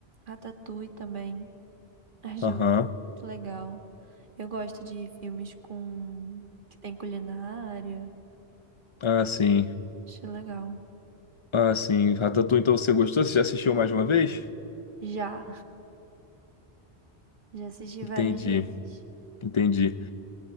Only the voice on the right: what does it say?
Ratatouille também. Ah, Ju,
que legal. Eu gosto de filmes com que tem culinária.
Acho legal.
Já, já assisti
várias vezes.